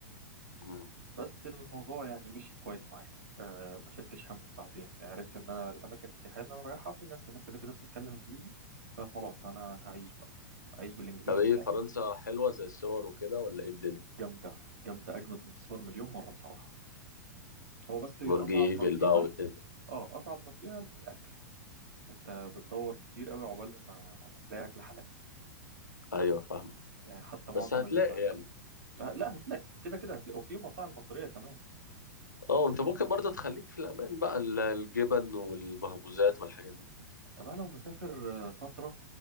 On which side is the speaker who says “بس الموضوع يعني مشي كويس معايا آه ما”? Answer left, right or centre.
Right